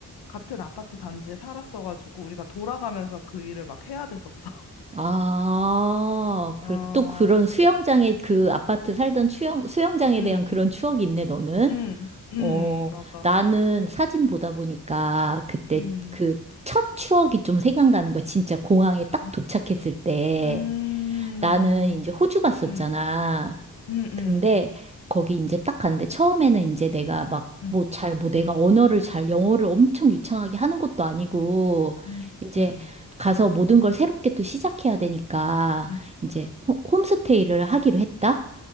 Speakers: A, on the left; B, on the right.
A: 같은 아파트 단지에 살았어가지고 우리가 돌아가면서 그 일을 막 해야 됐었어.
B: 아,
A: <laughs>
B: 그,
A: 어,
B: 또 그런 수영장에 그 아파트 살던 수영, 수영장에
A: 음,
B: 대한 그런 추억이 있네, 너는?
A: 음, 음, <laughs>
B: 어,
A: 맞아.
B: 나는 사진 보다 보니까 그때
A: 음,
B: 그 첫 추억이 좀 생각나는 거야. 진짜 공항에 딱
A: 음,
B: 도착했을 때.
A: 음,
B: 나는 이제 호주 갔었잖아.
A: 음, 음, 음,
B: 근데 거기 이제 딱 갔는데 처음에는 이제 내가 막
A: 음,
B: 뭐 잘 뭐 내가 언어를 잘 영어를 엄청 유창하게 하는 것도 아니고
A: 음,
B: 이제
A: 음,
B: 가서 모든 걸 새롭게 또 시작해야 되니까
A: 음,
B: 이제
A: 맞아.
B: 호- 홈스테이를 하기로 했다.